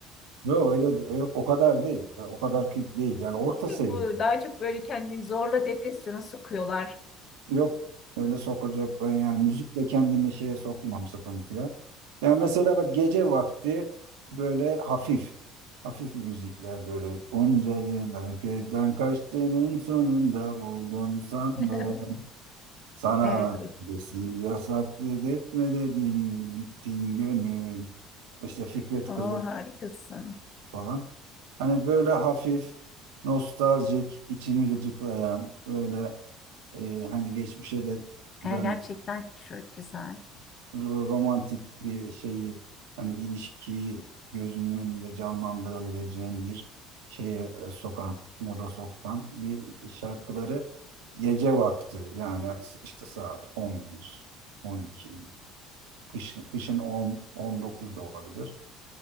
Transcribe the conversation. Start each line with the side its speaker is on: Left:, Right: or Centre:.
Right: Yok öyle de- yok, o kadar değil. Ya, o kadar ki değil. Yani orta
Left: <laughs>
Right: seviye.
Left: bu daha çok böyle kendini zorla depresyona sokuyorlar.
Right: Yok öyle sokacak ben yani müzikle kendimi şeye sokmam sıkıntıya. Ya mesela bak gece vakti böyle hafif hafif müzikler böyle onca yıllar gözden kaçtığının sonunda buldun sandım.
Left: <laughs>
Right: Sana
Left: Evet
Right: öncesi yasaktı etme dedim gittin gönül. İşte Fikret
Left: o
Right: Kızıl
Left: harikasın.
Right: falan. Hani böyle hafif nostaljik içini gıcıklayan böyle e, hani geçmişe de
Left: Ee,
Right: döndü
Left: gerçekten çok güzel
Right: ro- romantik bir şeyi hani ilişkiyi gözünün önünde canlandırabileceğin bir şeye e, sokan, moda sokan bir şarkıları gece vakti yani s- işte saat 11, 12, kış, kışın 10, 19 da olabilir.